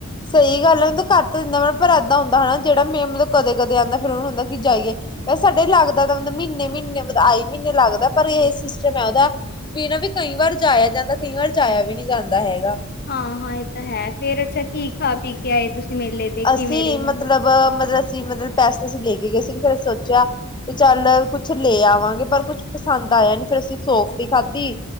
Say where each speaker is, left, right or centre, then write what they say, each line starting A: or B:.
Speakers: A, on the left (about 20°); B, on the left (about 45°).
A: ਸਹੀ ਗੱਲ ਹੈ ਨੂੰ ਕਰ ਤਾਂ ਦਿੰਦਾ ਪਰ ਏਦਾਂ ਹੁੰਦਾ ਹਨਾਂ ਜਿਹੜਾ ਮੈਂ ਮਤਲਬ ਕਦੇ-ਕਦੇ ਆਦਾ ਫਿਰ ਉਹਨੂੰ ਹੁੰਦਾ ਕਿ ਜਾਈਏ, ਸਾਡੇ ਲੱਗਦਾ ਤਾਂ ਮਤਲਬ ਮਹੀਨੇ-ਮਹੀਨੇ ਮਤਲਬ ਆਈ ਮਹੀਨੇ ਲੱਗਦਾ। ਪਰ ਇਹ ਸਿਸਟਮ ਐ ਉਹਦਾ ਵੀਂ ਨਾਂ ਵੀ ਕਈ ਵਾਰ ਜਾਇਆ ਜਾਂਦਾ, ਕਈ ਵਾਰ ਜਾਇਆ ਵੀ ਨੀਂ ਜਾਂਦਾ ਹੈਗਾ।
B: ਹਾਂ ਹਾਂ, ਇਹ ਤਾਂ ਹੈ ਫੇਰ ਅੱਛਾ ਕੀ ਖਾ ਪੀ ਕੇ ਆਏ ਤੁਸੀਂ ਮੇਲੇ ਤੇ ਕਿਵੇਂ
A: ਅਸੀਂ
B: ਰਿਹਾ?
A: ਮਤਲਬ ਮਤਲਬ ਅਸੀਂ ਮਤਲਬ ਪੈਸੇ ਅਸੀਂ ਲੈ ਗਏ ਸੀ ਫੇਰ ਸੋਚਿਆ ਵੀ ਚੱਲ ਕੁੱਛ ਲੈ ਆਵਾਂਗੇ ਪਰ ਕੁੱਛ ਪਸੰਦ ਆਇਆ ਨੀਂ ਫੇਰ ਅਸੀਂ ਸੋਫਟੀ ਖਾਧੀ